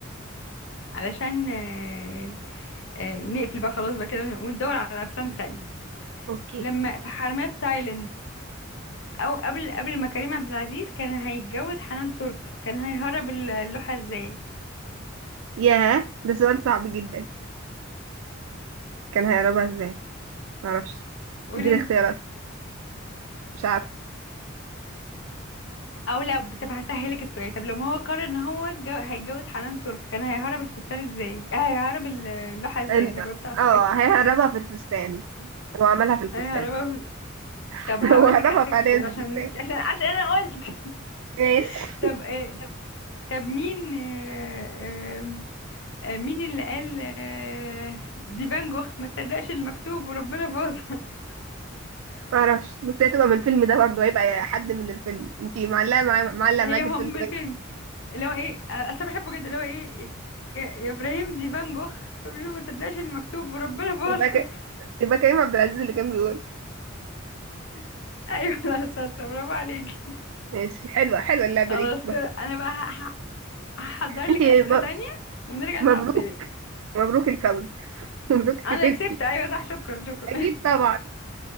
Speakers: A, on the left (about 65°); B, on the right (about 80°).
A: علشان آه... آه... نقفل بقى خلاص بقى كده وندور على افلام تانية
B: اوكي
A: لما في حرامية في تايلاند او قبل قبل ما كريم عبد العزيز كان هيتجوز حنان ترك كان هيهرب اللوحة ازاي
B: ياه ده سؤال صعب جدا كان هيهربها ازاي معرفش
A: قولي
B: اديني
A: انت
B: اختيارات مش عارفه
A: او لا طب هسهلك السؤال طب لما هو قرر ان هو اتجو- هيتجوز حنان ترك كان هيهرب الفستان ازاي آه، هيهرب ال- اللوحة ازاي
B: ال...
A: انا جاوبت على
B: اه
A: السؤال <laughs>
B: هيهربها في الفستان هو عملها في الفستان
A: هيهربها بال-
B: <laughs>
A: طب هقول
B: هو هربها
A: لك اخر
B: فعليا
A: سؤال
B: في
A: عشان
B: الفستان
A: عشان عشان انا قلت <laughs>
B: ماشي
A: طب آه، طب طب مين آه، آه، آه، مين اللي قال آه، دي فان جوخ ما تصدقش المكتوب وربنا باظ <laughs>
B: معرفش بس هي تبقى من الفيلم ده برضه هيبقى حد من الفيلم انتي معلقه معايا معلقه
A: هي
B: معاكي
A: هم
B: الفيلم ده
A: الفيلم اللي هو ايه اصل أنا بحبه جدا اللي هو ايه يا يا ابراهيم دي فان جوخ فبيقولوا ما تصدقش اللي مكتوب وربنا باظها
B: يبقى ك... يبقى كريم عبد العزيز اللي كان بيقول
A: <laughs> ايوه لا شاطره برافو عليكي
B: ماشي حلوه حلوه اللعبه
A: خلاص
B: دي بس
A: انا بقى ه- ه- هحضر لك
B: انتي
A: اسئله
B: م...
A: تانية ونرجع
B: مبروك
A: نلعب تاني
B: مبروك الفوز <laughs> مبروك كسبتي
A: انا كسبت ايوه صح شكرا شكرا
B: اكيد طبعا